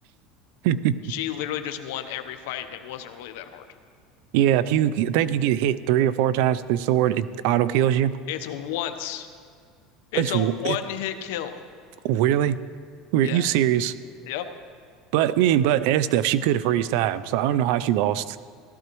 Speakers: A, on the right; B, on the left.
A: <laughs>
B: She literally just won every fight, and it wasn't really that hard.
A: Yeah, if you I think you get hit three or four times with the sword, it auto kills you.
B: It's a once. It's
A: It's w-
B: a one
A: it,
B: hit kill.
A: really? Were
B: Yeah.
A: you serious?
B: Yep.
A: But me and but S stuff, she could freeze time. So I don't know how she lost.